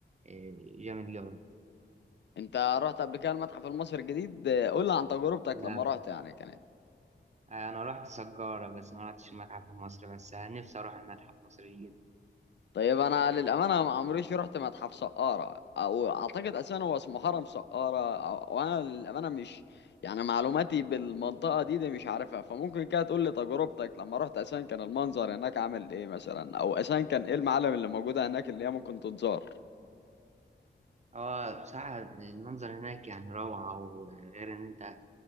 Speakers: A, on the right; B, on the left.
A: إيه، جامد جوي
B: انت رحت قبل كده المتحف المصري الجديد آه، قول لي عن تجربتك
A: لا
B: لما رحت يعني كانت
A: أنا رحت سجارة بس ما رحتش المتحف المصري بس نفسي أروح المتحف المصري الجديد
B: طيب انا للامانه ما عمريش رحت متحف سقاره او اعتقد اساسا هو اسمه هرم سقاره أو- وانا للامانه مش يعني معلوماتي بالمنطقه دي دي مش عارفها فممكن كده تقول لي تجربتك لما رحت اساسا كان المنظر هناك عامل ايه مثلا او اساسا كان ايه المعالم اللي موجوده هناك اللي هي ممكن تتزار
A: هو بصراحة المنظر هناك يعني روعة وغير إن أنت